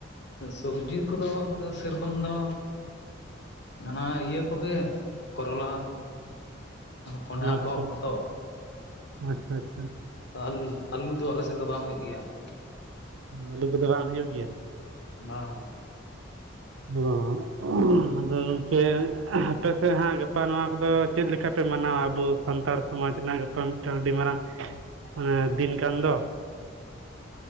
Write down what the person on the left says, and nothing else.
ᱥᱚᱵᱽᱡᱤ ᱠᱚᱫᱚ ᱟᱫᱚ ᱥᱮᱨᱚᱠᱚᱢ ᱫᱚ ᱚᱱᱟ ᱤᱭᱟᱹ ᱠᱚᱜᱮ ᱠᱚᱨᱚᱞᱟ ᱠᱚᱸᱰᱷᱟ
ᱠᱚ ᱦᱚᱛᱚᱜ
<unintelligible> ᱟᱞᱩ ᱫᱚ ᱟᱞᱮ ᱥᱮᱫ ᱫᱚ ᱵᱟᱝ ᱦᱩᱭᱩᱜ ᱜᱮᱭᱟ ᱾
ᱵᱟᱝ ᱵᱟᱝ ᱾